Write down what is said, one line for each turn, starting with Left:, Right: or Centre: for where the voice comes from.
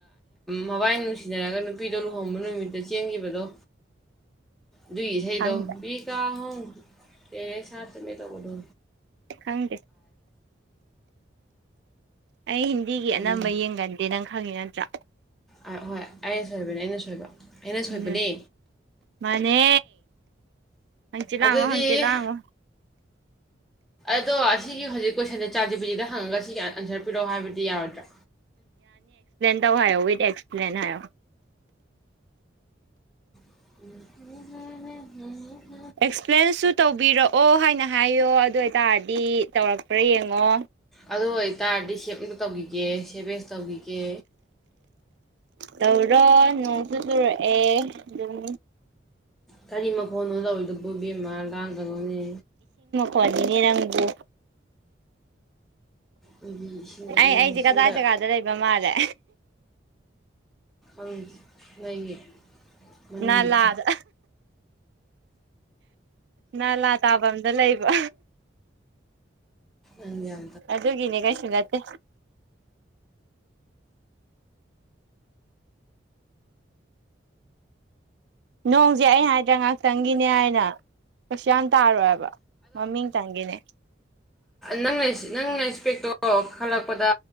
Centre: ꯃꯕꯥꯏ ꯅꯨꯡꯁꯤꯅꯔꯒ ꯅꯨꯄꯤꯗꯣ ꯂꯨꯍꯣꯡꯕ ꯅꯨꯃꯤꯠꯇ ꯆꯦꯟꯈꯤꯕꯗꯣ ꯗꯣ
Right: <inaudible>
Centre: ꯗꯨꯒꯤ ꯏꯁꯩꯗꯣ
Right: ꯈꯪꯗ
Centre: ꯚꯤꯒꯥ ꯍꯣ ꯇꯦꯔꯦ ꯁꯥꯠꯇ ꯃꯦ ꯇꯧꯕꯗ
Right: ꯈꯪꯗꯦ ꯑꯩ ꯍꯤꯟꯗꯤꯒꯤ
Centre: ꯎꯝ
Right: ꯑꯅꯝꯕ ꯌꯦꯡꯒꯗꯦ ꯅꯪ ꯈꯪꯉꯤ ꯅꯠꯇ꯭ꯔꯥ
Centre: ꯑ ꯍꯣꯏ ꯑꯩꯅ ꯁꯣꯏꯕꯅꯦ ꯑꯩꯅ ꯁꯣꯏꯕ ꯑꯩꯅ ꯁꯣꯏꯕꯅꯦ
Right: ꯎ ꯃꯅꯦ ꯍꯪꯆꯤ ꯂꯉꯣ
Centre: ꯑꯗꯨꯗꯤ
Right: ꯍꯪꯆꯤ ꯂꯥꯡꯉꯣ
Centre: ꯑꯗꯣ ꯑꯁꯤꯒꯤ ꯍꯧꯖꯤꯛ ꯀꯣꯏꯁꯟꯦ ꯆꯥꯟꯦꯄꯨꯖꯤꯗ ꯍꯪꯉꯒ ꯁꯤ ꯀꯌꯥꯟ ꯑꯟꯁꯔ ꯄꯤꯔꯛꯑꯣ ꯍꯥꯏꯕꯗꯤ ꯌꯥꯔꯣꯏꯗ꯭ꯔꯥ
Right: ꯍꯥꯏꯣ ꯠ ꯑꯦꯁꯄ꯭ꯂ ꯍꯥꯏ
Centre: <unintelligible>
Right: ꯑꯦꯛꯁꯄ꯭ꯂꯦꯟꯁꯨ ꯇꯧꯕꯤꯔꯛꯑꯣ ꯍꯥꯏꯅ ꯍꯥꯏꯌꯣ ꯑꯗꯨ ꯑꯣꯏꯇꯥꯔꯗꯤ ꯇꯧꯔꯛꯄ꯭ꯔꯥ ꯌꯦꯡꯉꯣ
Centre: ꯑꯗꯨ ꯑꯣꯏ ꯇꯔꯗꯤ ꯁꯦꯇ ꯇꯧꯈꯤꯒꯦ ꯁꯦꯚꯁ ꯇꯧꯈꯤꯒꯦ
Right: ꯇꯧꯔꯣ ꯅꯣꯡꯁꯨ ꯆꯨꯔꯛꯑꯦ ꯑꯗꯨꯝ
Centre: ꯀꯔꯤ ꯃꯈꯣꯟꯅꯣ ꯇꯧꯔꯤꯗꯕꯨ ꯕꯦꯝꯃꯥ ꯂꯥꯡꯒꯅꯣꯅꯦ
Right: ꯍꯋꯥꯅꯤꯅꯦꯔꯪꯕꯨ
Centre: ꯑꯩꯒꯤ ꯏꯁꯤꯡꯗ
Right: ꯑꯩ
Centre: ꯅꯣꯡ
Right: ꯑꯩꯁꯦ
Centre: ꯏꯁꯤꯡꯗ
Right: ꯀꯗꯥꯏ ꯖꯒꯥꯗ ꯂꯩꯕ ꯃꯥꯜꯂꯦ
Centre: ꯑꯪ ꯂꯩꯌꯦ ꯃꯗ
Right: ꯅꯥꯂꯥꯗ ꯅꯂꯥ ꯇꯥꯐꯝꯗ ꯂꯩꯕ
Centre: ꯑ
Right: ꯑꯗꯨꯒꯤꯅꯦ ꯀꯩꯁꯨꯒꯠꯇꯦ ꯅꯣꯡꯁꯦ ꯑꯩ ꯍꯥꯏꯗ꯭ꯔꯥ ꯉꯍꯥꯛꯇꯪꯒꯤꯅꯦ ꯍꯥꯏꯅ ꯀꯩꯁꯨ ꯌꯥꯝ ꯇꯥꯔꯣꯏꯑꯕ ꯃꯃꯤ ꯇꯒꯅꯦ
Centre: ꯅ ꯅꯪꯅ ꯏꯁꯄꯦꯛꯇꯣ ꯈꯜꯂꯛꯄꯗ